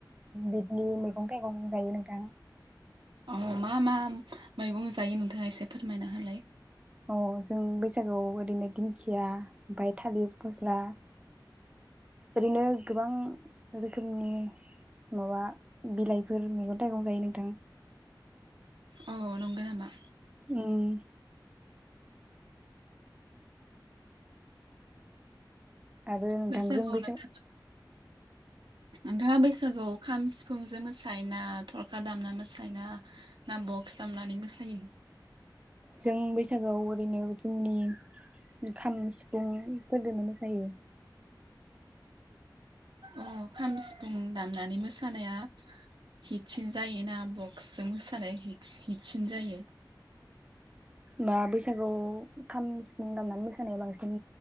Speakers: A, on the right; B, on the right.
A: बिदनि मैगं थाइगं जायो नोंथां।
B: औ मा मा मैगं जायो नोंथाङा एसे फोरमायना होलाय।
A: अ जों बैसागुआव ओरैनो दिंखिया ओमफाय थालिर फस्ला ओरैनो गोबां रोखोमनि माबा बिलाइफोर मैगं थाइगं जायो नोंथां।
B: अ नंगौ नामा?
A: उम आरो नोंथांजों
B: बैसागुआव
A: बैसाग
B: नोंथां नोंथाङा बैसागुआव खाम सिफुंजों मोसायो ना थरखा दामना मोसायोना ना बक्स दामनानै मोसायो?
A: जों बैसागोआव ओरैनो जोंनि खाम सिफुंफोरदोनो मोसायो।
B: अ खाम सिफुं दामनानै मोसानाया हिटसिन जायोना बक्सजों मोसानाया हिटस-हिटसिन जायो?
A: बा बैसागु खाम सिफुं दामनानै मोसानाया बांसिन